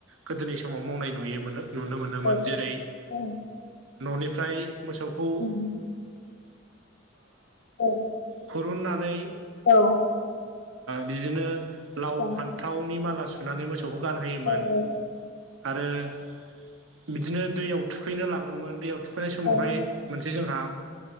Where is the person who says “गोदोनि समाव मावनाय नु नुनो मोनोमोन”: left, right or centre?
Right